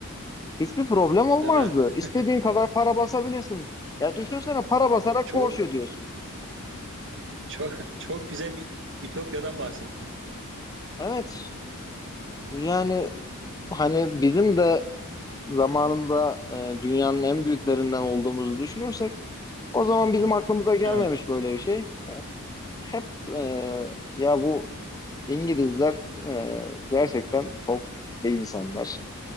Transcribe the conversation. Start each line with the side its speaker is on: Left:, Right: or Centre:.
Left: Hiçbir problem olmazdı.
Right: Değil mi? <laughs>
Left: İstediğin kadar para basabilirsin. Ya düşünsene para basarak
Right: Çok,
Left: borç ödüyorsun.
Right: çok, çok güzel bir ütopyadan bahsettin.
Left: Evet, yani hani bizim de zamanında e, dünyanın en büyüklerinden olduğumuzu düşünürsek o zaman bizim aklımıza gelmemiş
Right: Evet,
Left: böyle bir şey. Hep e, ya bu İngilizler e, gerçekten çok iyi insanlar.